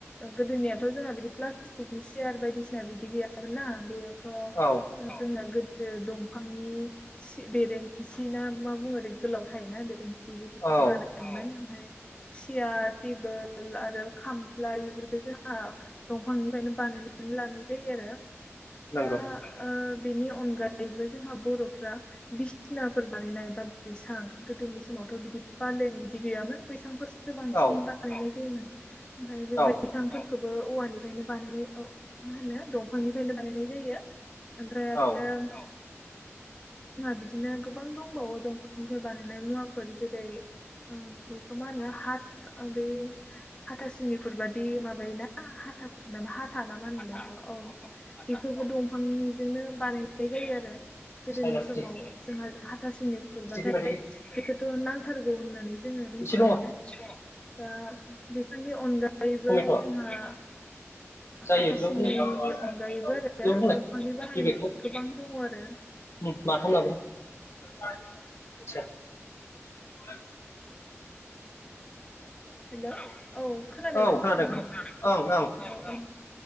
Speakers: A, on the left; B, on the left.
A: गोदोनियाथ' जोंहा बिदि प्लास्टिकनि सियार बायदिसिना बिदि गैयामोन ना बे थ'
B: औ
A: जोंना गो दो दंफांनि सि बेरेंसि ना मा ओरै गोलाव थायोना बेरें सि बेफोरखौसो
B: औ
A: बानायोन ओमफ्राय सियार टेबोल आरो खामफ्लाय बेफोरखो जोंहा दंफांनिफ्रायनो बानायनो। लानाय जायो आरो।
B: नंगौ
A: दा ओ बिनि अनगायैबो जोंहा बर'फ्रा बिसनाफोर बानायनाय बा बैसां गोदोनि समाव थ' बिदि पालें बिदि गैयामोन बैसांफोरसो बांसिन
B: औ
A: बानायनाय जायोमोन। ओमफाय बे
B: औ
A: बैसांफोर खौबो औवानिफायनो बानायनाय अ मा होनो दंफांनिफायनो बानायनाय जायो। ओमफ्राय आरो
B: औ
A: जोंहा बिदिनो गोबां दंबावो दंफांनिफ्राय बानायनाय मुवाफोर जेरै ओ। बेखौ मा होनो हाद ओ बे हाथासुनि खुरबादि माबायोना हाथा हाथा नामा होनोलाय औ बेखौबो दंफांनि। जोंनो बानायनाय जायो आरो गोदोनि
B: सायनापथि
A: समाव जोंहा। हाथासुनि खुरबाथाय
B: फिथिख्रि बायदि
A: बेखौथ' नांथारगौ होननानै जोङो मिनथियो।
B: एसे दङ
A: दा बेफोरनि अनगायैबो
B: टमेट'
A: जोंहा।
B: जायो
A: हाथा
B: इदिबाबो
A: सुनिनि
B: जायो बेयावनो
A: अनगायैबो आरो
B: होलाय
A: दंफांनि बाहायनाय
B: बेगखौ
A: गोबां दङ आरो।
B: <unintelligible>
A: हेलौ औ खोनादोंमोन
B: औ खोनादों
A: नोंथाङा
B: ओं ओं
A: औ औ।